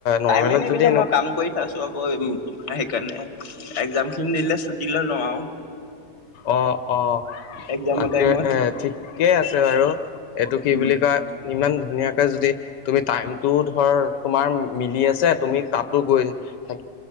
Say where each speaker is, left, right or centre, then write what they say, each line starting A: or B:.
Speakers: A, on the left; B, on the left.
A: নৰ্মেলত
B: টাইমে নিমিলে
A: যদি এনেকুৱা
B: মই কাম কৰি খাইছো আকৌ তোমাৰ সেইকাৰণে একজাম খিনি দিলে ছুটী লৈ লওঁ আৰু।
A: অহ - অহ।
B: এক্জামৰ
A: তাকে
B: টাইমত
A: এ ঠিকেই আছে বাৰু এইটো কি
B: উম।
A: বুলি কয় ইমান ধুনীয়াকে যদি তুমি টাইমটো ধৰ তোমাৰ মিলি আছে তুমি তাতো গৈ থা